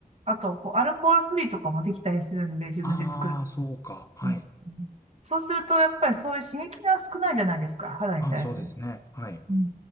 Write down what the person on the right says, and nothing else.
あと、こう、アルコールフリーとかもできたりするんで、自分で作る。
うんそうすると、やっぱりそういう刺激が少ないじゃないですか、肌に対する。
うん